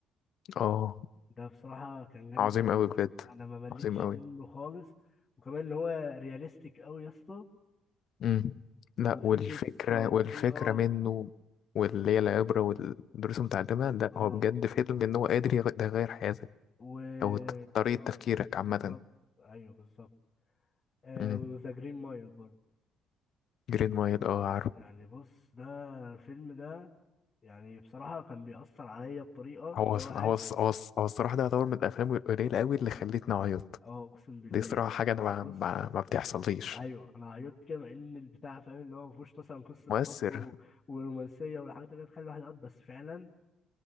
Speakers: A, on the left; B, on the left.
A: اه
B: ده بصراحه كان جامد
A: عظيم
B: قوي
A: قوي بجد
B: انا ما مليتش
A: عظيم قوي
B: منه خالص وكمان ان هو رياليستيك قوي يا اسطى
A: امم لا
B: وفي
A: والفكرة
B: قصه وفي
A: والفكرة
B: اه
A: منه واللي هي العبرة والدروس المتعلمة لا
B: اه
A: هو بجد فيلم إن هو قادر يغ- ده يغير حياتك
B: و
A: أو ت- طريقة
B: اه
A: تفكيرك عامة
B: بالظبط ايوه بالظبط آه
A: امم
B: وذا جرين مايل برضه
A: جرين مايل اه عارف
B: يعني بص ده الفيلم ده يعني بصراحة كان بيأثر عليا بطريقة
A: هو
B: اللي هو
A: الص-
B: قاعد
A: هو الص- هو الص- هو الصراحة ده يعتبر من الأفلام القليلة أوي اللي خلتني أعيط
B: اه اقسم بالله
A: دي صراحة
B: يعني
A: حاجة أنا ما,
B: بص
A: ما, ما بتحصليش
B: ايوه انا عيطت كده مع ان البتاع فاهم اللي هو ما فيهوش مثلا قصة
A: مؤثر
B: حب و... ورومانسية والحاجات اللي هي تخلي الواحد يعيط بس فعلا